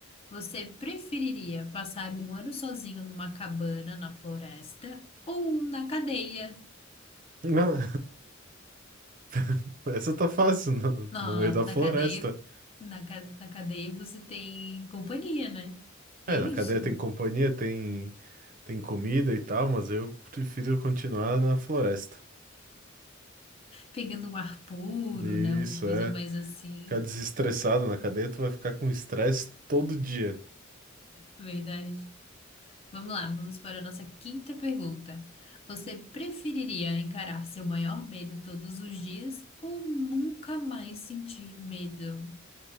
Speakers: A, on the left; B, on the right.
A: Você preferiria passar um ano sozinho numa cabana na floresta ou na cadeia?
B: Não. <laughs> Essa tá fácil, no,
A: Ah,
B: no meio da floresta.
A: na cadeia, na, ca- na cadeia você tem companhia, né? Tem
B: É, na cadeia
A: isso?
B: tem companhia, tem, tem comida e tal, mas eu prefiro continuar na floresta.
A: pegando um ar puro,
B: Isso,
A: né? Uma coisa
B: é.
A: mais assim,
B: Ficar desestressado na cadeia, tu vai ficar com estresse todo dia.
A: verdade. Vamos lá, vamos para a nossa quinta pergunta. Você preferiria encarar seu maior medo todos os dias ou nunca mais sentir medo?